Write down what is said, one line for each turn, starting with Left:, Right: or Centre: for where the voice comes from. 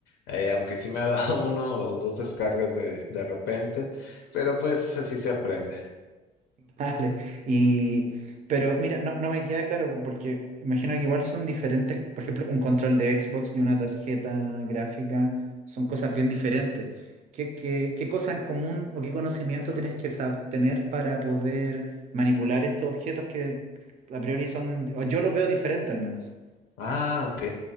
Left: eh, aunque sí me ha dado <laughs> uno o dos descargas de, de repente, pero pues así se aprende.
Right: <laughs> Dale. Y, pero mira, no, no me queda claro porque imagino que igual son diferentes, por ejemplo, un control de Xbox y una tarjeta gráfica son cosas bien diferentes. ¿Qué, qué, qué cosa en común o qué conocimiento tienes que sab- tener para poder manipular estos objetos que a priori son, o yo los veo diferente al menos?
Left: Ah, ok.